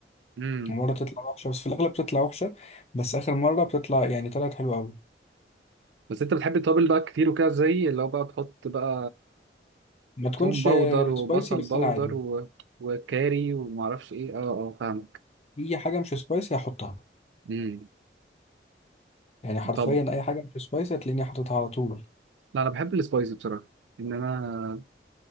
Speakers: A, on the right; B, on the left.
A: امم
B: ومره تطلع وحشه بس في الاغلب بتطلع وحشه بس اخر مره بتطلع يعني طلعت حلوه قوي
A: بس انت بتحب التوابل بقى كتير وكده زي اللي هو بقى بتحط بقى
B: ما تكونش
A: توم باودر
B: سبايسي
A: وبصل
B: بس
A: باودر
B: انا عادي
A: و... وكاري ومعرفش ايه اه اه فاهمك
B: اي حاجه مش سبايسي هحطها
A: امم
B: يعني حرفيا
A: طب
B: اي حاجه مش سبايسي هتلاقيني حاططها على طول
A: لا انا بحب السبايسي بصراحة ان انا